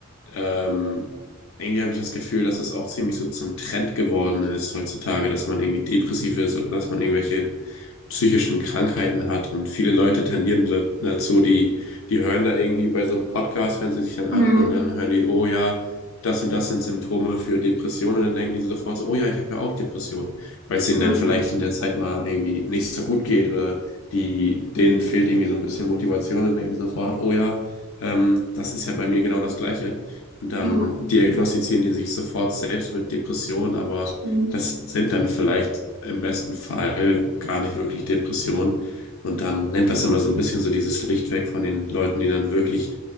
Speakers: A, on the left; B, on the left.
A: ähm, irgendwie habe ich das Gefühl, dass es auch ziemlich so zum Trend geworden ist heutzutage, dass man irgendwie depressiv ist oder dass man irgendwelche psychischen Krankheiten hat. Und viele Leute tendieren da, dazu, die, die hören da irgendwie bei so einem Podcast, hören sie sich dann an
B: Mhm.
A: und dann hören die, oh ja, das und das sind Symptome für Depressionen. Und dann denken die sofort so, oh ja, ich habe ja auch Depressionen, weil es ihnen
B: Mhm.
A: dann vielleicht in der Zeit mal irgendwie nicht so gut geht oder die, denen fehlt irgendwie so ein bisschen Motivation und denken die sofort, oh ja, ähm, das ist ja bei mir genau das Gleiche. Und dann
B: Ja,
A: diagnostizieren die sich sofort selbst mit Depressionen, aber
B: stimmt.
A: das sind dann vielleicht im besten Fall gar nicht wirklich Depressionen. Und dann nimmt das immer so ein bisschen so dieses Licht weg von den Leuten, die dann wirklich